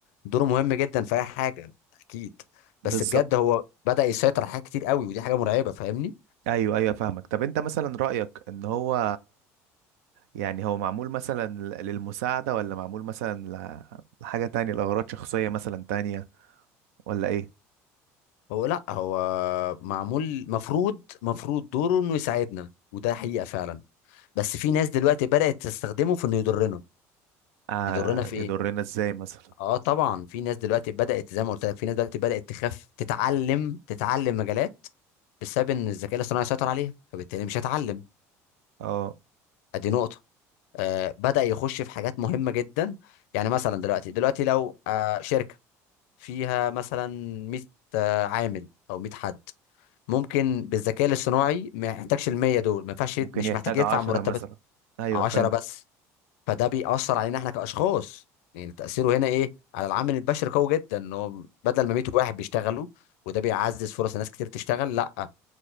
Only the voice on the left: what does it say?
دوره مهم جدا في اي حاجه اكيد
بس بجد هو بدا يسيطر على حاجات كتير قوي ودي حاجه مرعبه فاهمني
هو لا هو معمول مفروض مفروض دوره انه يساعدنا وده حقيقه فعلا بس في ناس دلوقتي بدأت تستخدمه في انه يضرنا
يضرنا في
ايه
اه طبعا في ناس دلوقتي بدأت زي ما قلت لك في ناس دلوقتي بدأت تخاف تتعلم تتعلم مجالات بسبب ان الذكاء الاصطناعي سيطر عليها فبالتالي مش هتعلم
ادي نقطة آه بدأ يخش في حاجات مهمة جدا يعني مثلا دلوقتي دلوقتي لو آه شركة فيها مثلا 100 آه عامل او 100 حد ممكن بالذكاء الاصطناعي ما يحتاجش ال 100 دول ما ينفعش
يد- مش
محتاج يدفع
مرتبات
10
بس فده بيأثر علينا احنا كأشخاص يعني تأثيره هنا ايه على العامل البشري قوي جدا ان هو بدل ما 100 واحد بيشتغلوا وده بيعزز فرص ناس كتير تشتغل لا